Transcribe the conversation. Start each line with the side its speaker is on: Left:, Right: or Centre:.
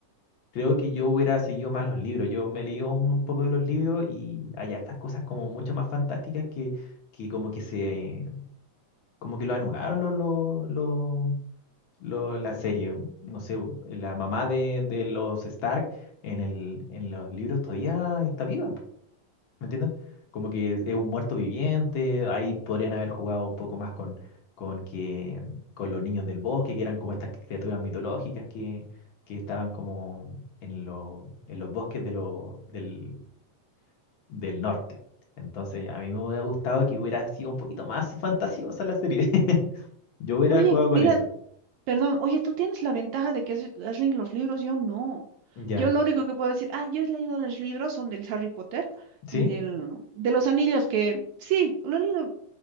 Left: creo que yo hubiera seguido más los libros, yo me leí un, un poco de los libros y hay hartas cosas como mucho más fantásticas que, que como que se, como que lo anularon los, los, lo- la serie. No sé, la mamá de, de los Stark en el, en los libros todavía está viva, po, ¿me entiendes? Como que es, es un muerto viviente, ahí podrían haber jugado un poco más con, con que, con los niños del bosque, que eran como estas criaturas mitológicas que, que estaban como en, lo- en los bosques de lo- del, del norte. Entonces, a mí me hubiera gustado que hubiera sido un poquito más fantasiosa la serie. <laughs> Yo hubiera
Right: Oye,
Left: jugado con
Right: mira,
Left: eso.
Right: perdón, oye, tú tienes la ventaja de que has, has leído los libros, yo no.
Left: Ya.
Right: Yo lo único que puedo decir, ah, yo he leído los libros, son del Harry Potter
Left: ¿Sí?
Right: y del, de los anillos, que sí, lo he leído